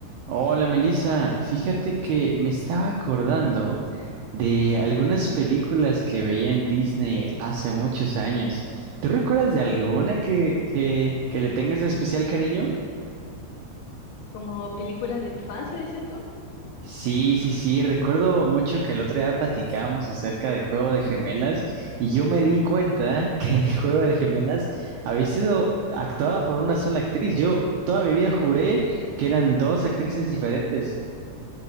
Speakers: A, on the right (about 80°); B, on the left (about 65°).
A: Hola Melissa, fíjate que me estaba acordando de algunas películas que veía en Disney hace muchos años. ¿Tú recuerdas de alguna que, que, que le tengas especial cariño?
B: Como películas de infancia, dices tú.
A: Sí, sí, sí, recuerdo mucho que el otro día platicábamos acerca de Juego de Gemelas y yo me di cuenta <laughs> que Juego de Gemelas había sido actuada por una sola actriz. Yo toda mi vida juré que eran dos actrices diferentes.